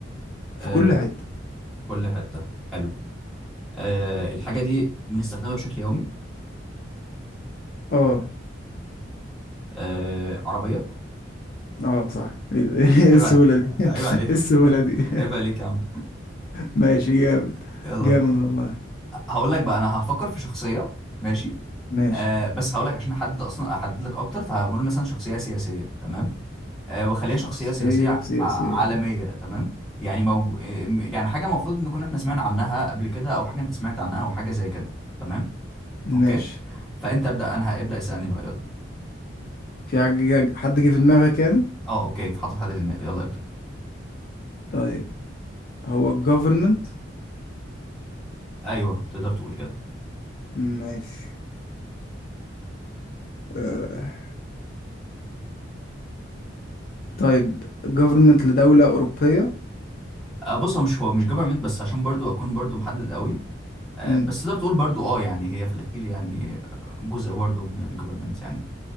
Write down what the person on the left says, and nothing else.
في كل
حتة
اه
اه صح ايه ده <laughs> ايه
السهولة
دي <laughs> ايه
السهولة
دي <laughs>
ماشي جامد
جامد والله
ماشي
شخصية
سياسية
ماشي
في حاجة حد جه في دماغك يعني
طيب هو الجوفرمنت
ماشي آه. طيب جوفرمنت لدولة أوروبية
مم.